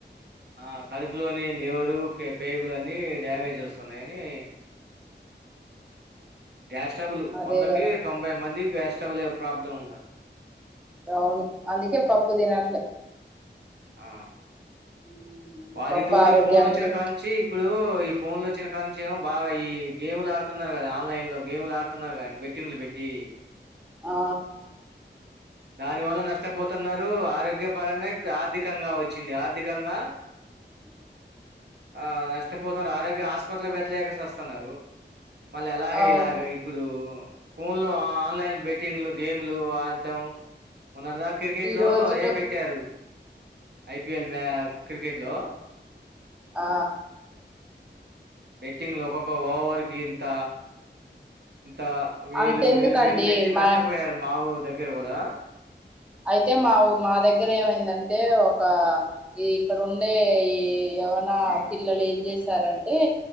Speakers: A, on the right; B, in the centre.
A: ఆ కడు పులోని లివరు పేగులు అన్ని డ్యామేజ్ వస్తున్నాయని గ్యాస్ స్ట్రబులు
B: అదే
A: వందకి
B: కదా
A: తొంభై మందికి గ్యాస్టబుల్ ఏ ప్రాబ్లమ్ ఉందట
B: అవును అందుకే పప్పు తినట్లే
A: ఆ
B: ఉమ్,
A: వాటితోడు
B: పప్పు ఆరోగ్యానికి
A: ఈ ఫోన్ వచ్చిన కాంచి ఇప్పుడు ఈ ఫోన్ లో వచ్చిన కానుంచి ఏమో బాగా ఈ గేమ్లు ఆడుతున్నారు కదా ఆన్లైన్ లో గేమ్లు ఆడుతున్నారు కానీ బెట్టింగ్లు పెట్టి ఇ
B: ఆ
A: దాని వల్ల నష్టపోతున్నారు ఆరోగ్య పరంగా ఇప్పుడు ఆర్థికంగా వచ్చింది ఆర్థికంగా
B: <inaudible>
A: ఆ నష్టపోతర్ ఆరోగ్య ఆస్పట్లక్ పెట్లేక సస్తన్నారు మళ్ళ అలాగే
B: అవును
A: ఇలాగ ఇప్పుడు ఫోన్ లో ఆన్లైన్ బెట్టింగ్లు గేమ్లు ఆట్టం మొన్నటిదా క్రికెట్
B: ఈ
A: లో
B: రోజులో
A: అదే పెట్టారు ఐపీఎల్ మే క్రికెట్ లో
B: ఆ
A: బెట్టింగ్ లో ఒక్కొక్క ఓవర్ కి ఇంత ఇంత వేలు
B: అంతెందుకండి
A: వేలు వేలు పెట్టి
B: మా
A: నష్టపోయారు మాఊర్ దగ్గర కూడా
B: అయితే మాఉ మా దగ్గర ఏమైందంటే ఒకా ఈ ఇక్కడ ఉండే ఈ ఎవరన్నా పిల్లలేం చేశారంటే